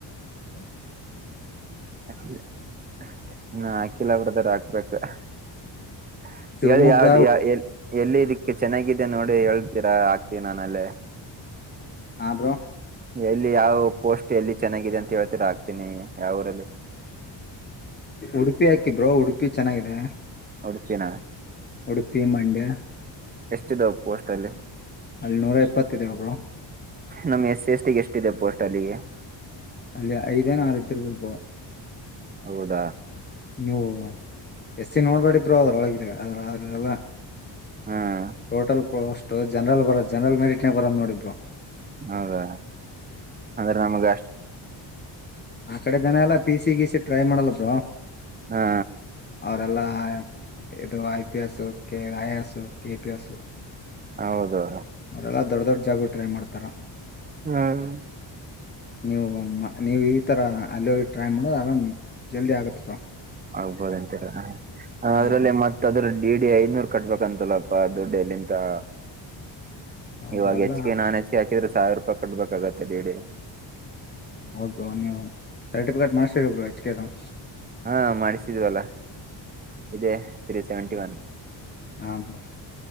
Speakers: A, on the left; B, on the right.
A: <unintelligible>
B: <unintelligible> ಇನ್ನು ಹಾಕಿಲ್ಲ ಬ್ರದರ್ ಹಾಕ್ಬೇಕ್. ಹ <unintelligible>
A: ಶಿವಮೊಗ್ಗ
B: ಏಳಿ ಯಾವ್ ಡಿಯಾ ಎಲ್ ಎಲ್ಲಿ ಇದಕ್ ಚೆನ್ನಾಗಿದೆ ನೋಡಿ ಹೇಳ್ತೀರಾ ಆಕ್ತೀನ್ ನಾನ್ ಅಲ್ಲೇ.
A: ಹಾ ಬ್ರೋ
B: ಎಲ್ಲಿ ಯಾವ್ ಪೋಸ್ಟ್ ಎಲ್ಲಿ ಚೆನ್ನಾಗಿದೆ ಅಂತ ಹೇಳ್ತಿರ ಹಾಕ್ತೀನಿ ಯಾವ್ ಊರಲಿ
A: ಉಡುಪಿ ಹಾಕಿಬ್ರೋ ಉಡುಪಿ ಚೆನಗಿದೆ.
B: ಉಡುಪಿನ
A: ಉಡುಪಿ ಮಂಡ್ಯ
B: ಎಷ್ಟಿದವ್ ಪೋಸ್ಟ್ ಅಲ್ಲಿ.
A: ಅಲ್ ನೂರ ಎಪ್ಪತ್ತಿದವ್ ಬ್ರೋ.
B: ನಮ್ ಎಸ್ ಸಿ ಎಸ್ ಟಿಗೆ ಎಷ್ಟಿದೆ ಪೋಸ್ಟ್ ಅಲ್ಲಿಗೆ.
A: ಅಲ್ಲಿ ಐದೇನ ಆರ್ ಇದ್ದಿರ್ಬೋದು ಬ್ರೋ
B: ಹೌದ
A: ನೀವು ಎಸ್ ಸೀ ನೋಡ್ಬೇಡಿ ಬ್ರೊ ಅದ್ರೊಳಗಿದೆ ಅದ್ರ್ ಅದ್ ಎಲ್ಲ.
B: ಹ್ಮ್
A: ಟೋಟಲ್ ಪೋಸ್ಟ್. ಟೂ ಜನರಲ್ ಬರೋ ಜನರಲ್ ಮೆರಿಟ್ನೆನೇಗ್ ಬರದ್ ನೋಡಿಬ್ರೊ.
B: ಹೌದಾ ಅಂದ್ರ ನಮಗಷ್ಟ್.
A: ಆಕಡೆ ಜನ ಎಲ್ಲ ಪೀಸಿ ಗೀಸಿ. ಟ್ರೈ ಮಾಡಲ್ಲಬ್ರೊ.
B: ಹಾ.
A: ಅವರೆಲ್ಲಾ ಇದು I P S K I A S K P S.
B: ಹೌದು.
A: ಅವ್ರೆಲ್ಲ ದೊಡ್ ದೊಡ್. ಜಾಗು ಟ್ರೈ ಮಾಡ್ತಾರ.
B: ಹ್ಮ್.
A: ನೀವು ಮ್ ನೀವು ಈ ತರ ಅಲ್ಲ್ಯೋಗಿ ಟ್ರೈ ಮಾಡ ಆರಾಮ್ ಜಲ್ದಿ ಆಗತ್ತ ಬ್ರೊ.
B: ಆಗ್ಬೋದು ಅಂತಿರಾ ಅದ್ರಲ್ಲೆ
A: ಹಾ ಬ್ರೋ
B: ಮತ್ತ ಅದ್ರ. ಡಿಡಿ ಐದ್ನೂರ್ ಕಟ್ಬೇಕಂತಲ್ಲಪ್ಪಾ ದುಡ್ಡ ಎಲ್ಲಿಂತಾ. ಇವಾಗ
A: ಅದು ಅಲ್ಲ
B: ಹೆಚ್ ಕೆ ನಾನ್ ಹೆಸಿಯಾಕ್. ಕೆರ್ ಸಾವಿರೂಪಾಯಿ ಕಟ್ ಬೇಕಾಗತ್ತೆ ಡಿ ಡಿ.
A: ಹೌದು ನೀವು ಸರ್ಟಿಫಿಕೇಟ್ ಮಾಡ್ಸ್ಗೆಬೇಕ್ ಬ್ರೊ ಎಚ್ ಕೆ ದಾವ್.
B: ಹಾ ಮಾಡಿಸ್ತಿದ್ವಲ್ಲ ಇದೇ ತ್ರೀ ಸೆವೆಂಟಿ ಒನ್.
A: ಹಾಬ್ರೋ.